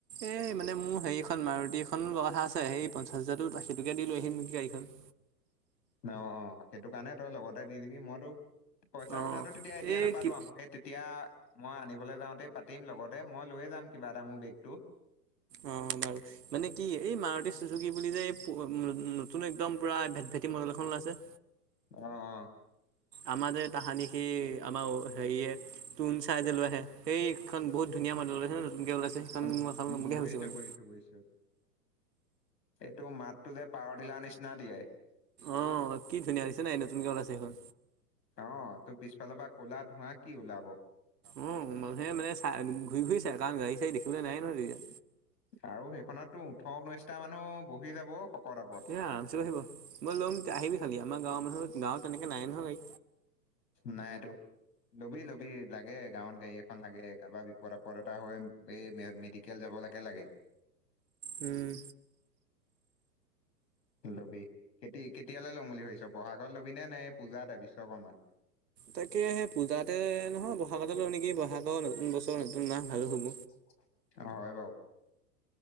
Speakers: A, on the right (about 70°); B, on the left (about 75°).
A: এই মানে মোৰ হেৰিখন মাৰুতিখন লোৱা কথা আছে সেই পঞ্চাছ হাজাৰতো আখী টোকে দিলো আহহি মি গাড়ীখন।
B: অ', অ', সেইটো কাৰণে তই লগতে দি দিবি মইতো পইচা
A: অ'
B: কথাটো তেতিয়া এতিয়া
A: এই
B: নাপাতো
A: কি
B: আ সেই তেতিয়া মই আনিবলৈ যাওঁতে পাতিম লগতে মই লৈয়ে যাম কিবা এটা মোৰ বেগটো
A: অ', বাৰু। মানে কি এই মাৰুটীু চুজুকি কি বুলি যে নতুন একদম পুৰা ভেট ভেটি মডেল এখন ওলাইছে
B: অ', অ'।
A: আমাৰ যে তাহানি সি আমাৰ হেৰিয়ে তুন চাই যে লৈ আহে সেইখন বহুত ধুনীয়া মডেলতছে নতুনকে ওলাইছে। সেইখন
B: উ
A: মই এখন
B: উ
A: ল'ম বুলি
B: বুজিছোঁ
A: ভাবিছো মানে
B: বুজিছোঁ। এইটো মাতটো যে পাৱাৰ টিলাৰ নিচিনা দিয়ে।
A: অ', কি ধুনীয়া হৈছে নাই, নতুনকে ওলইছে সেইখন।
B: অ', তোৰ পিছফালৰ পৰা ক'লা ধোঁৱা কি ওলাব।
A: অ' মানুহে মানে চাই, ঘূৰি ঘূৰি চাই কাৰণ গাড়ী-চাড়ী দেখিবলৈ নাই ন' তেতিয়া।
B: আৰু সেইখনত তোৰ ওঠৰ ঊনৈশটা মানুহ বহি যাব শকত আপত।
A: এই আৰামচে আহিব, মই ল'ম আহিবি খালি, আমাৰ গাঁৱৰ মানুহ গাঁৱত তেনেকে নাই নহয় গাড়ী।
B: নাই এইটো লবি, লবি লাগে, গাঁৱত গাড়ী এখন লাগে কাৰোবাৰ বিপদ-আপদ এটা হ'লে, এই মে -কেল যাবলৈকে লাগে।
A: উম।
B: লবি, কেতি-কেতিয়ালৈ ল'ম বুলি ভাবিছ? ব'হাগত লবিনে নে, পূজাটে বিশ্বকৰ্মাত।
A: তাকে সেই পূজাতে, নহয় ব'হাগতে লওঁ নেকি, ব'হাগৰ নতুন বছৰ।
B: অ',
A: নতুন মাহ ভালো
B: হয়
A: হ'ব
B: বাৰু।